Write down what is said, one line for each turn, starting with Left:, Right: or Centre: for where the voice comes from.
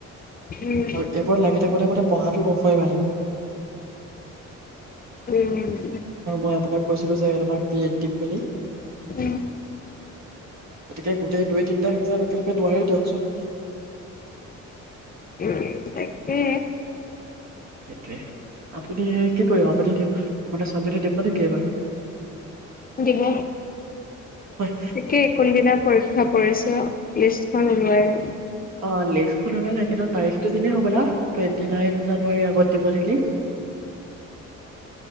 Left: উম
Right: আৰু এইবোৰত লাগি থাকোতে থাকোতে মানে পঢ়াটো নহয় মানে।
Left: উম্।
Right: আৰু মই আপোনাক কৈছিলো যে <unintelligible> বি এড দিম বুলি,
Left: উম
Right: গতিকে গোটেই দুই তিন্‌টা এক্সাম একেলগে নোৱাৰি দিয়কচোন।
Left: উম, তাকে।
Right: একে, আপুনি হে একে তো আপুনি দি, আপোনাৰ ছোৱালজনী দিব নেকি এইবাৰ?
Left: দিব
Right: <unintelligible>
Left: তাকে কোনদিনা পৰীক্ষা পৰিছে লিষ্টখন ওলোৱাই নাই
Right: অ' লিষ্টখন ওলালে কিন্তূ তাৰিখটো দিলে হ'বলা, টুৱেণ্টি নাইন জানুৱাৰীৰ আগত দিব নেকি!